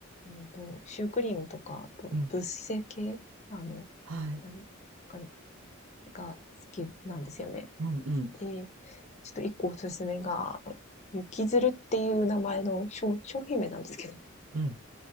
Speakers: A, on the left; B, on the right.
A: うんと、シュークリームとか、あと、
B: うん。
A: ブッセ系、あの、
B: はい。
A: なんわかるが好きなんですよね。
B: うんうん
A: で、ちょっと一個おすすめが、雪鶴っていう名前の商商品名なんですけど、
B: うん。